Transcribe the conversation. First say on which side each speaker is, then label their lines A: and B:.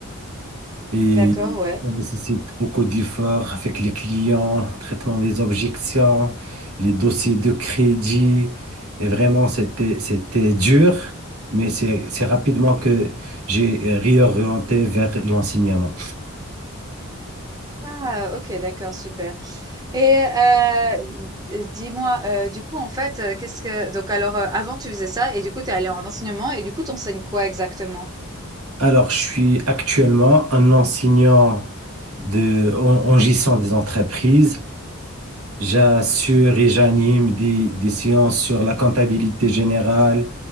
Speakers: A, on the right; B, on the right.
A: et
B: d'accord, ouais.
A: ça nécessite beaucoup d'efforts avec les clients, traitement des objections, les dossiers de crédit. Et vraiment, c'était, c'était dur, mais c'est, c'est rapidement que j'ai réorienté vers l'enseignement.
B: Ah, ok, d'accord, super. Et euh, d- dis-moi, euh, du coup, en fait, euh, qu'est-ce que... Donc, alors, euh, avant, tu faisais ça, et du coup, t'es allé en enseignement, et du coup, t'enseignes quoi exactement?
A: Alors, je suis actuellement un enseignant de, en, en gestion des entreprises. J'assure et j'anime des, des séances sur la comptabilité générale,